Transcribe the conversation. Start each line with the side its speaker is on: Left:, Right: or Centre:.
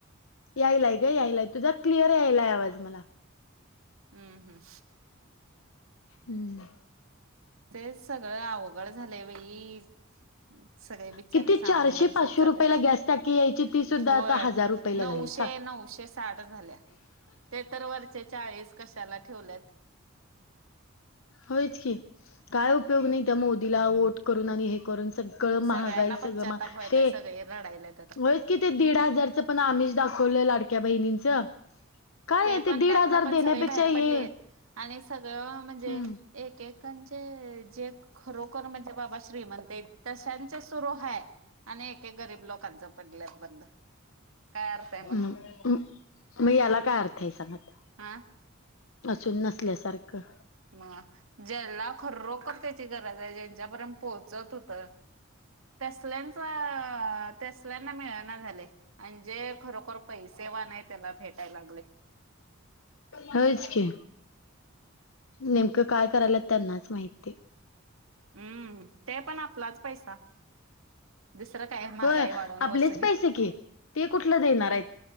Left: यायलाय ग यायलाय तुझा क्लिअर यायलाय आवाज मला
Right: हम्म हम्म
Left: हम्म
Right: तेच सगळं अवघड झालंय बाई. सगळे बिचारे
Left: किती
Right: सामान्य
Left: चारशे
Right: माणसात
Left: पाचशे
Right: चालले
Left: रुपयाला
Right: ते
Left: गॅस टाकी यायची ती सुद्धा
Right: होय.
Left: आता हजार रुपयाला
Right: नऊशे
Left: झाली सांग
Right: नऊशे साठ झाल्या ते तर वरचे चाळीस कशाला ठेवल्यात.
Left: होयच की काय उपयोग नाही त्या मोदीला वोट करून आणि हे करून सगळ कळ
Right: सगळ्यांना
Left: महागाई
Right: पश्चाताप
Left: सगळं म
Right: व्हायलाय
Left: ते
Right: सगळे रडायलात आता
Left: वळ कि ते दीड हजारचं पण आमीस दाखवलं लाडक्या बहिणीचं काय आहे
Right: पण
Left: ते दीड
Right: त्यातन
Left: हजार
Right: पण
Left: देण्यापेक्षा
Right: सगळे बाहेर
Left: हे
Right: पडलेत आणि सगळं म्हणजे
Left: हम्म
Right: एकेकांचे जे खरोखर म्हणजे बाबा श्रीमंत आहे. ते तशांचे सुरू हाय आणि एके गरीब लोकांच पडल्यात बंद. काय अर्थ आहे मग
Left: हम् मग याला काय अर्थ आहे सांग आता.
Right: हा
Left: असून नसल्यासारखं.
Right: म ज्याला खरोखर त्याची गरज आहे ज्यांच्यापर्यंत पोहोचत होत. तसल्यांच तसल्यांना मिळना झाले. म्हणजे खरोखर पैसे वान हाय त्याला भेटायला लागले.
Left: होयच की, नेमकं काय करायला त्यांनाच माहीत की
Right: हम्म ते पण आपलाच पैसा दुसरं काय महागाई
Left: होय
Right: वाढवून
Left: आपलेच
Right: वसुली.
Left: पैसे की ते कुठलं देणार आहे.